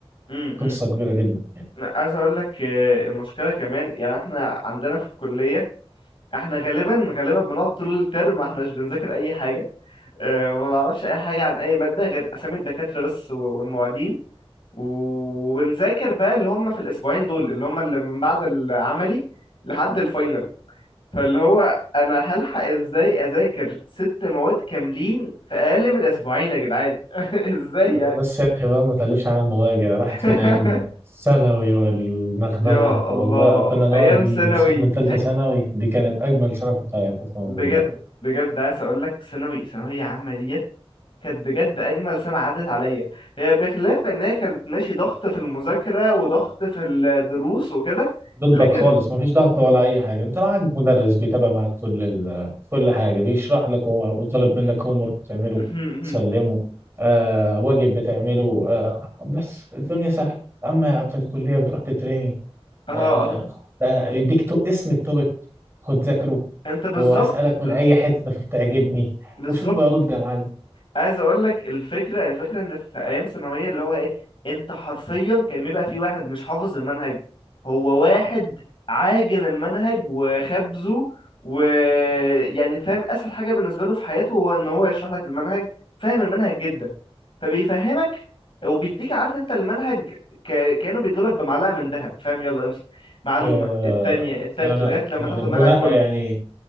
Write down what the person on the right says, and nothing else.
قصه كبيره جدا يعني
بس يا اخي بقى ما تقلبش على المواجع راحت
فينا ايام ثانوي والنغنغه
والله
أو كنا نقعد
نصيح من ثالثه ثانوي دي كانت اجمل سنه في الحياه قسما
بالله
ضدك
خالص مفيش ضغط ولا اي حاجه انت معاك مدرس بيتابع معاك كل ال... كل حاجه بيشرح لك هو وطالب منك هوم ورك بتعمله
تسلمه آه واجب بتعمله آه بس الدنيا سهله اما في الكليه بتروح تتريني
آه
آه، يديك تو... اسم التوبيك خد ذاكره
وهسالك من
اي حته تعجبني
وشوف بقى رد يا معلم
آه
انا
يعني
بناء
يعني